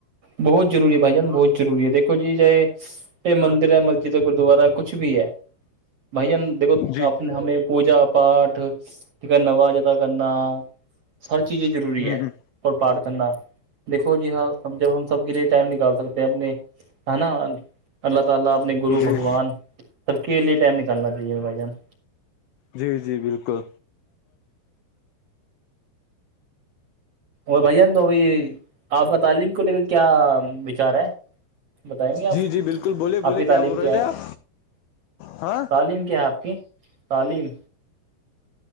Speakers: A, on the right (about 45°); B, on the left (about 85°).
A: بہت روری ہے بھائی جان بہت ضوری ہے دیکو جی چاہے چے مندر ہے مسجد ہے گردوارا کچھ بھی ہے بھائی جان دیکھو
B: جی
A: آپ نے ہمیں پوجا پاٹ یک نو جدا کرنا ہر چیز ضروری
B: ہ
A: ہے
B: ہ
A: اور پٹ کرنا دیکھو جی ہاں جب ہم گرے ٹائر نکال سکتے ہیں اپنے نا اللہ تعالی اپنے گرو
B: جی
A: بھگوان تو عالم سے انسان سرکل لیے ائم نکنااہیے بائی چانس
B: جی جی بالکل
A: وہ بھائی جان تو بھائی آپ کا تعلیم کو لے کے کیا وچار ہے بتائیں گے
B: جی جی بالکل بولے بولے
A: آپ کی تعلیم
B: کیا بول رہے تھے
A: ہے
B: آپ ہاں
A: تعلیم کیا ہے آپ کی تعلیم